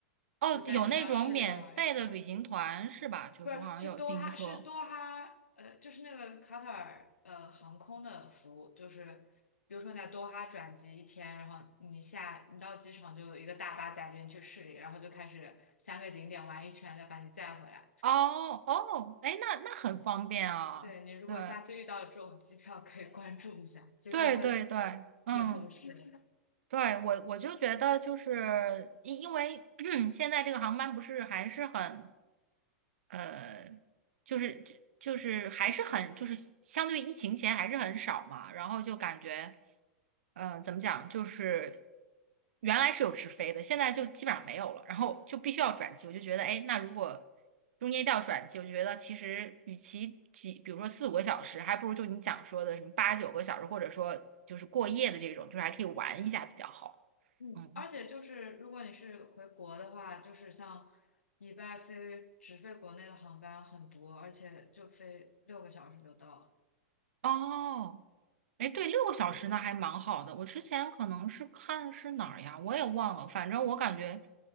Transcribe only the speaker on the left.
就带你到市里玩一圈。
不是，去多哈，是多哈，呃，就是那个卡塔尔呃航空的服务，就是比如说你在多哈转机一天，然后你下你到机场就有一个大巴载着你去市里，然后就开始三个景点玩一圈，再把你载回来。
对，你如果下次遇到这种机票，
可以关注一下，就真的
挺合适的。
<laughs> 嗯，
而且就是如果你是回国的话，就是像迪拜飞直飞国内的航班很多，而且就飞六个小时就到了。